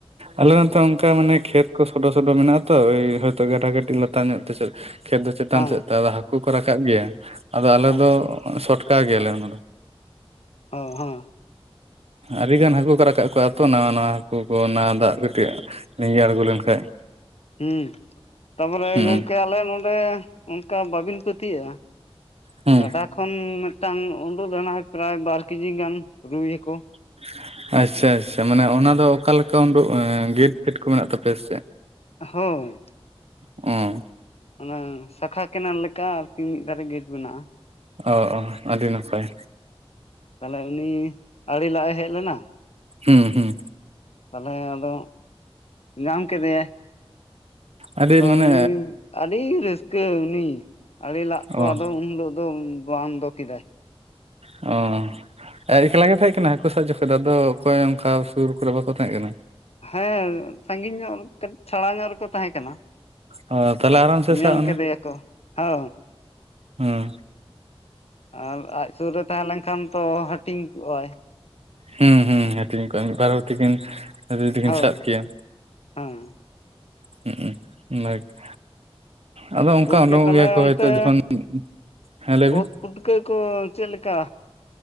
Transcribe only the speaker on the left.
ᱦᱮᱸ
ᱟᱪᱪᱷᱟ
<unintelligible> ᱦᱚᱸ᱾
ᱦᱩᱸ ᱛᱟᱯᱚᱨᱮ
ᱜᱚᱢᱠᱮ ᱟᱞᱮ ᱱᱚᱰᱮ ᱚᱱᱠᱟ ᱵᱟᱵᱤᱱ ᱯᱟᱹᱛᱭᱟᱹᱜᱼᱟ᱾
ᱜᱟᱰᱟ ᱠᱷᱚᱱ ᱢᱤᱫᱴᱟᱝ ᱩᱰᱩᱠ ᱞᱮᱱᱟᱭ ᱯᱨᱟᱭ ᱵᱟᱨ ᱠᱮᱡᱤ ᱜᱟᱱ ᱨᱩᱭ ᱦᱟᱠᱳ᱾
ᱦᱚᱸ᱾
ᱚᱱᱟ ᱥᱟᱠᱷᱟ ᱠᱮᱱᱮᱞ ᱞᱮᱠᱟ ᱟᱨᱠᱤ ᱢᱤᱫ ᱫᱷᱟᱨᱮ ᱜᱮᱴ ᱢᱮᱱᱟᱜᱼᱟ᱾
ᱛᱟᱦᱚᱞᱮ ᱩᱱᱤ ᱟᱲᱮ ᱞᱟᱜ ᱮ ᱦᱮᱡ ᱞᱮᱱᱟ᱾
ᱛᱟᱦᱚᱞᱮ ᱟᱫᱚ ᱧᱟᱢ ᱠᱮᱫᱮᱭᱟᱭ᱾
ᱛᱚ
ᱩᱱᱤ ᱟᱹᱰᱤ ᱨᱟᱹᱥ ᱠᱟᱹ ᱩᱱᱤ ᱟᱲᱮ ᱞᱟᱜ
ᱠᱚ ᱟᱫᱚ ᱩᱱ ᱦᱤᱞᱳᱜ ᱫᱚ ᱵᱚᱱᱫᱚ ᱠᱮᱫᱟᱭ᱾
ᱦᱮᱸ ᱥᱟᱺᱜᱤᱧ ᱧᱚᱜ ᱠᱟᱹᱴ ᱪᱷᱟᱲᱟ ᱧᱚᱜ ᱨᱮᱠᱚ ᱛᱟᱦᱮᱸ ᱠᱟᱱᱟ᱾
ᱧᱮᱞ
ᱠᱮᱫᱮᱭᱟᱠᱚ ᱦᱚ᱾
ᱟᱨ ᱟᱡ ᱥᱩᱨ ᱨᱮ ᱛᱟᱦᱮᱸ ᱞᱮᱱᱠᱷᱟᱱ ᱛᱚ ᱦᱟᱹᱴᱤᱧ ᱠᱚᱜᱼᱟᱭ᱾
ᱦᱳᱭ
ᱦᱮᱸ
ᱜᱚᱝᱠᱮ
ᱛᱟᱦᱚᱞᱮ
ᱚᱱᱛᱮ
ᱳᱫ ᱯᱩᱴᱠᱟᱹ ᱠᱚ ᱪᱮᱜ ᱞᱮᱠᱟ?